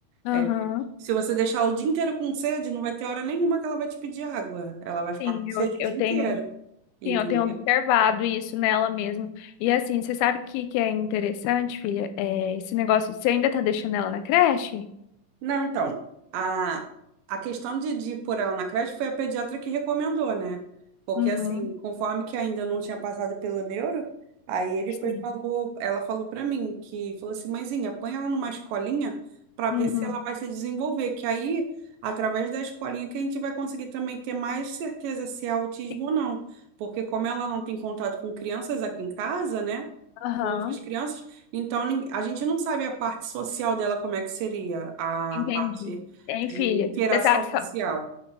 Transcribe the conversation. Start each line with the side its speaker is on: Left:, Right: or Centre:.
Left: Aham,
Right: É, se você deixar ela o dia inteiro com sede, não vai ter hora nenhuma que ela vai te pedir água. Ela vai ficar
Left: sim.
Right: com sede
Left: Eu, eu
Right: o dia
Left: tenho.
Right: inteiro. Entendeu?
Left: Sim, eu tenho observado isso nela mesmo. E assim, você sabe o que, que é interessante, filha? É, esse negócio, você ainda tá deixando ela na creche?
Right: Não, então, a, a questão de, de pôr ela na creche foi a pediatra que recomendou, né? Porque,
Left: Uhum.
Right: assim, conforme que ainda não tinha passado pelo neuro, aí ele
Left: Sim.
Right: foi, falou, ela falou pra mim que, falou assim, mãezinha, põe ela numa escolinha pra
Left: Uhum.
Right: ver se ela vai se desenvolver, que aí, através da escolinha, que a gente vai conseguir também ter mais certeza se é autismo
Left: Sim.
Right: ou não. Porque como ela não tem contato com crianças aqui em casa, né?
Left: Aham.
Right: com outras crianças, então nin- a gente não sabe a parte social dela como é que seria, a
Left: Entendi.
Right: parte
Left: Hein,
Right: de
Left: filha?
Right: interação
Left: Você sabe
Right: social.
Left: só.